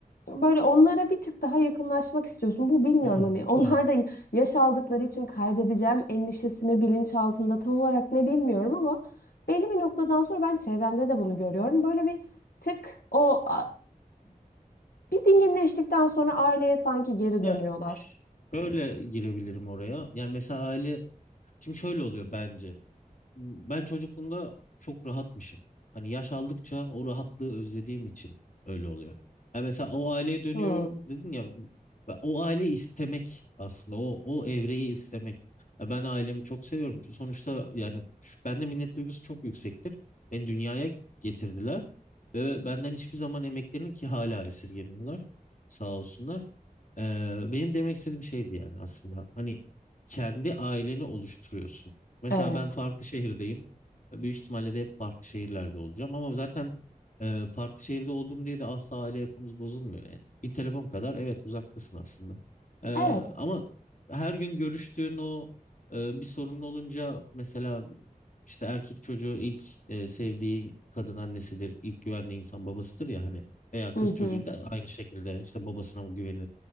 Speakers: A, on the left; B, on the left.
A: böyle onlara bir tık daha yakınlaşmak istiyorsun. Bu bilmiyorum
B: Hmm,
A: hani <laughs> onlar
B: evet.
A: da yaş aldıkları için kaybedeceğim endişesini bilinçaltında tam olarak ne bilmiyorum ama belli bir noktadan sonra ben çevremde de bunu görüyorum. Böyle bir tık o bir dinginleştikten sonra aileye sanki geri
B: Ya
A: dönüyorlar.
B: şöyle girebilirim oraya. Yani mesela aile şimdi şöyle oluyor bence ben çocukluğumda çok rahatmışım. Hani yaş aldıkça o rahatlığı özlediğim için öyle oluyor. Ha mesela o aileye dönüyorum
A: Hmm,
B: dedin ya ve o aile istemek aslında o o evreyi istemek. Ya ben ailemi çok seviyorum. Çünkü Sonuçta yani şu- bende minnet duygusu çok yüksektir. Beni dünyaya getirdiler ve benden hiçbir zaman emeklerini ki hala esirgemiyorlar. Sağ olsunlar. Ee, benim demek istediğim şeydi yani aslında. Hani kendi aileni oluşturuyorsun. Mesela
A: evet.
B: ben farklı şehirdeyim. Büyük ihtimalle de hep farklı şehirlerde olacağım. Ama zaten e, farklı şehirde olduğum diye de asla aile yapımız bozulmuyor yani. Bir telefon kadar evet uzaktasın aslında. E,
A: Evet.
B: ama her gün görüştüğün o e, bir sorunlu olunca mesela işte erkek çocuğu ilk e, sevdiği kadın annesidir, ilk güvendiği insan babasıdır ya hani veya kız
A: Hı
B: çocuğu
A: hı,
B: da aynı şekilde işte babasına güvenir